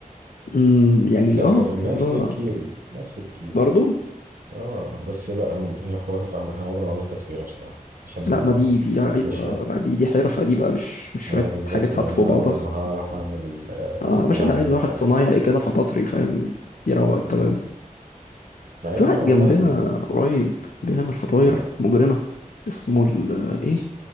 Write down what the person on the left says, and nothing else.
امم يعني
اه
لا
برضو
لا ما
دي دي عايزه
لا دي دي حرفه دي بقى مش مش
شويه
حاجات حاطه
في
بعضها
اه يا باشا
ده عايز واحد
صنايعي كده فطاطري فاهم يروق الكلام
في
واحد
جنبنا قريب بيعمل فطاير
مجرمه اسمه ال ايه